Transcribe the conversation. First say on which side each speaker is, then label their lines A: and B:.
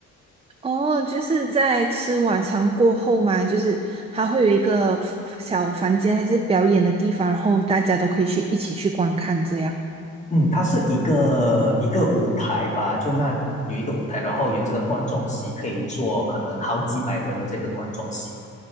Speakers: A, on the right; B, on the left.
A: 哦，就是在吃晚餐过后嘛，就是他会有一个小房间还是表演的地方，然后大家都可以去一起去观看这样。
B: 嗯，它是一个一个舞台吧，就那有一个舞台，然后有这个观众席可以坐可能好几百人的这个观众席，